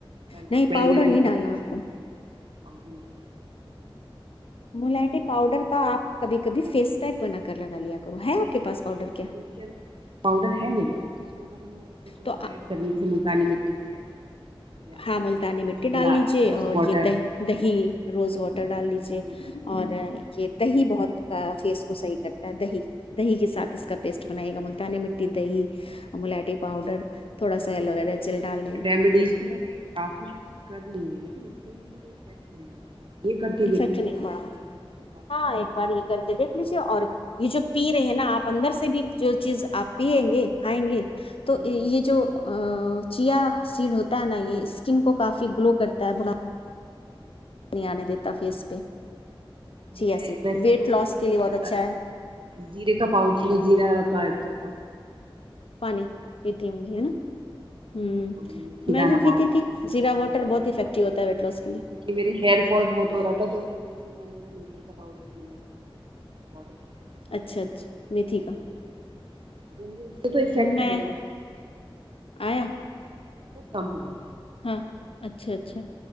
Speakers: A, on the right (about 65°); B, on the left (about 80°).
A: کل
B: نہیں
A: بک
B: پاؤڈر
A: دے تو
B: نہیں
A: کل
B: ڈالنا
A: تو کچھ
B: آپ
A: ہو
B: کو
A: گا نہیں پاؤڈر ما
B: ملا پاؤڈر کا آپ کبھی کبھی فیس پیک بنا کر لگا لیا کرو ہے
A: پس
B: آپ کے پاس پاؤڈر
A: بنا سکتے
B: کیا
A: ہیں پاؤڈر ہے میرے پاس اس ہم کچھ اور
B: تو
A: ایڈ کر جیسے کالی مٹی ہے یا
B: ہاں
A: پھر
B: ملتانی مٹی
A: کچھ
B: ڈال
A: گلاب
B: لیجے
A: روز
B: اور
A: واٹر
B: یہ دہی دہی
A: ہے نا
B: روز واٹر ڈال لیجے
A: دہی ہے روز
B: اور
A: واٹر
B: یہ دہی بہت کا فیس کو صحیح کرتا ہے دہی دہی کے ساتھ <inaudible>
A: جی ہوں
B: ملاٹی پاؤڈر تھوڑا
A: ویسے
B: سا ایلوویرا
A: میں نے ہوم
B: جل ڈال لیں
A: ریمیڈیز بھی میں نے کافی لیکن نہیں یہ کر کے دیکھتی
B: افیکٹ نہیں
A: ہوں کہ آپ
B: پڑا
A: بتا رہے ہیں کتنا پرفیکٹ
B: ہاں
A: ہوا
B: ایک
A: ہمیں
B: بار یہ کر کے دیکھ لیجیے
A: جی
B: اور یہ جو پی رہے ہیں نا آپ اندر سے سے بھی جو چیز آپ پیئیں گے کھائیں گے تو
A: ہوں
B: یہ
A: ہوں
B: جو
A: ہوں ہوں
B: چیا سیڈ ہوتا ہے نا یہ اسکن کو کافی گلو کرتا ہے بھا نہیں آنے
A: ہوں
B: دیتا فیس پہ چیا
A: میں
B: سیڈ
A: ویسے
B: ویٹ
A: تو
B: لاس کے
A: یہ
B: لیے بہت اچھا ہے
A: زیرے کا پاڈ زیرہ باٹر
B: پانی پیتی ہوں گی ہے نا ہوں
A: اور مھی
B: میں
A: دانا
B: بھی
A: با
B: پیتی تھی
A: میھی
B: زیرا
A: دانا
B: واٹر بہت افیکٹو
A: کیوںکہ
B: ہوتا ہے ویٹ لاس کے لیے
A: میرے ہیئر فال بہت ہو رہا تھا تو اس وجہ سے نے وہ میتھی کا پاؤڈر سی واٹر انٹ
B: اچھا اچھا
A: کیا
B: میتھی کا
A: سبے ہے مے توفیکٹ
B: میں
A: ہوا
B: آیا
A: کام ہویا
B: ہاں اچھا اچھا